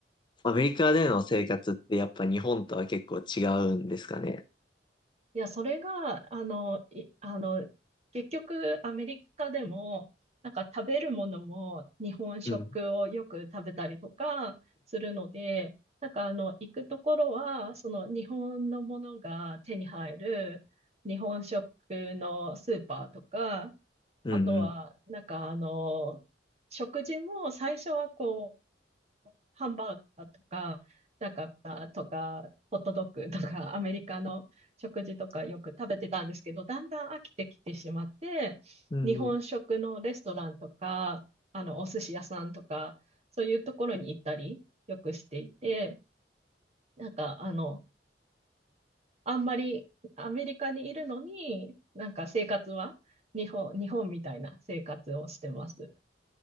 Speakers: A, on the left (about 25°); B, on the right (about 40°).
A: アメリカでの生活ってやっぱ日本とは結構違うんですかね。
B: いや、それが、あの、い、あの、結局、アメリカでも、なんか食べるものも日本食をよく食べたりとかするので、
A: うん、
B: なんかあの、行くところは、その日本のものが手に入る日本食のスーパーとか、
A: うん、
B: あとは、
A: うん。
B: なんかあの、食事も最初はこう、ハンバーガーとか、なんか、とか、ホットドッグとか、<laughs> アメリカの食事とかよく食べてたんですけど、だんだん飽きてきてしまって、
A: うん
B: 日本食のレストランとか、あの、お寿司屋さんとか、そういうところに行ったり、よくしていて、なんか、あの、あんまりアメリカにいるのに、なんか生活は日本、日本みたいな生活をしてます。